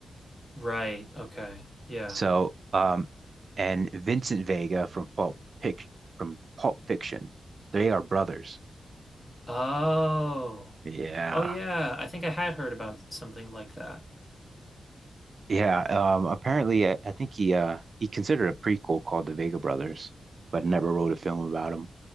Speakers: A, on the left; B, on the right.
A: Right. Okay. Yeah.
B: So um and Vincent Vega from Pulp Fic from Pulp Fiction, they are brothers.
A: Oh.
B: Yeah.
A: Oh yeah. I think I had heard about something like that.
B: Yeah, um, apparently I, I think he uh he considered a prequel called The Vega Brothers, but never wrote a film about him.